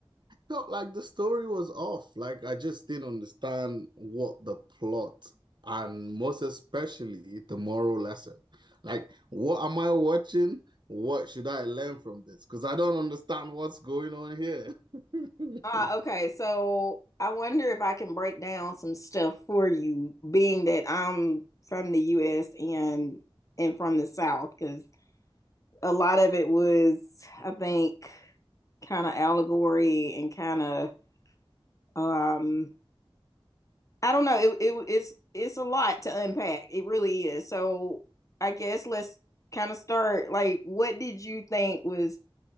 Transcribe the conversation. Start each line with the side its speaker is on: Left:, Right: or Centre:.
Right: felt like the story was off. Like I just didn't understand what the plot and most especially the moral lesson. Like, what am I watching? What should I learn from this? Because I don't understand what's going on here. <laughs>
Left: Ah, okay. So I wonder if I can break down some stuff for you, being that I'm from the US and and from the South, because a lot of it was, I think, kind of allegory and kind of um I don't know. It, it it's it's a lot to unpack. It really is. So I guess let's kind of start. Like, what did you think was